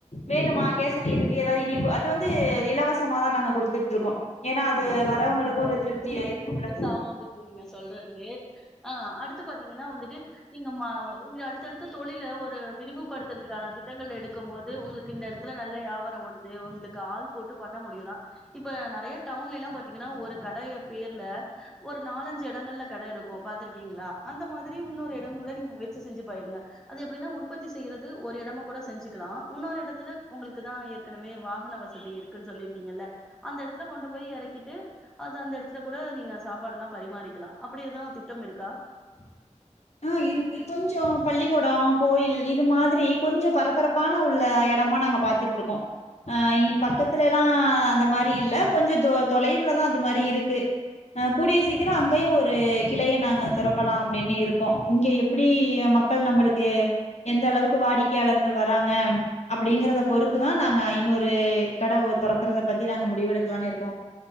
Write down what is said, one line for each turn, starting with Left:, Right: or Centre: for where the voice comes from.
Left: வேணுமா கேசரி இருக்கு ஏதாவது இனிப்பு அது வந்து இலவசமாதா நாங்க குடு குடுத்துட்டு இருக்கோம் ஏன்னா அது வரவங்களுக்கு ஒரு திருப்தியா இருக்கும்ல
Centre: தவோ இருக்கு நீங்க சொல்றது ஆ அடுத்து பாத்தீங்கன்னா வந்துட்டு நீங்க ம ஒ அடுத்தடுத்து தொழில்ல ஒரு விரிவுபடுத்துறதுக்கான திட்டங்கள் எடுக்கும் போது உங்களுக்கு இந்த எடத்துல நல்ல வியாபாரம் ஓடுது உங் உங்களுக்கு ஆள் போட்டு பண்ண முடியும்னா இப்ப நறைய டவுன்ல எல்லா பாத்தீங்கன்னா ஒரு கடைய பேர்ல ஒரு நாலஞ்சு இடங்கள்ல கடை இருக்கு பாத்திருக்கீங்களா அந்த மாதிரி உன்னொரு எடோ கூட நீங்க முயற்சி செஞ்சி பாயிடுங்க அது எப்டின்னா உற்பத்தி செய்றது ஒரு எடமா கூட செஞ்சுக்கலா உன்னொரு எடத்துல உங்களுக்கு தா ஏற்கனவே வாகன வசதி இருக்குன்னு சொல்லிருக்கீங்கல அந்த எடத்துல கொண்டு போய் எறக்கிட்டு அது அந்த எடத்துல கூட நீங்க சாப்பாடு எல்லா பரிமாறிக்கலாம் அப்டி ஏதுவு திட்டம் இருக்கா
Left: <inaudible> ஆ இருக்கு கொஞ்சோ பள்ளிக்கூடோ கோயில் இது மாதிரி கொஞ்சோ பரபரப்பான உள்ள எட டமா நாங்க பாத்துட்டு இருக்கோம் அ எயா பக்கத்துல எல்லா அந்த மாரி இல்ல கொஞ்சோ தொ தொலைவுலதா அது மாரி இருக்கு அ கூடிய சீக்கிரோ அங்கயு ஒரு கிளைய நாங்க தொறக்கலாம் அப்டின்னு இருக் கோம் இங்க எப்டி மக்கள் நம்மளுக்கு எந்த அளவுக்கு வாடிக்கையாளர்கள் வராங்க அப்டிங்கறத பொறுத்துதா நாங்க இன்னொரு கடை தொறக்கறத பத்தி நாங்க முடிவெடுக்கலான்னு இருக்கோம்